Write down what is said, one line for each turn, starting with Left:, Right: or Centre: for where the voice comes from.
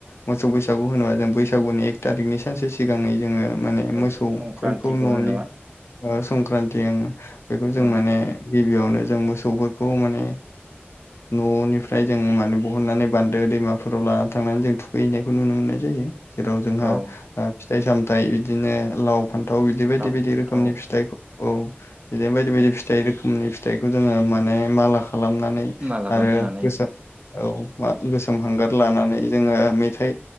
Left: मोसौ बैसागु होनोबा जों बैसागुनि एक थारिकनि सानसे सिगाङै जोङो माने
Right: औ
Left: मोसौफोरखौ
Right: संक्रान्तिखौ
Left: न'नि
Right: होनो नामा
Left: संक्रान्ति बेखौ जों
Right: औ
Left: माने गिबियावनो जों मोसौफोरखौ माने न'निफ्राय जों माने बहननानै बान्दो दैमाफोर राव लाना थांनानै जों थुखैहैनायखौ नुनो मोननाय जायो ।जेराव जोंहा
Right: औ
Left: फिथाइ- सामथायाइ बिदिनो लाव, फान्थाव बिदि बायदि
Right: लाव
Left: बायदि
Right: फान्थाव
Left: रोखोमनि फिथाइखौ औ । बिदिनो बायदि बायदि फिथाइ रोखोमनि फिथाइखौ जोङो माने माला खालामनानै
Right: माला
Left: आरो
Right: गानहोनानै
Left: गोस औ मा गोसोम हांगार लानानै जोङो मेथाइ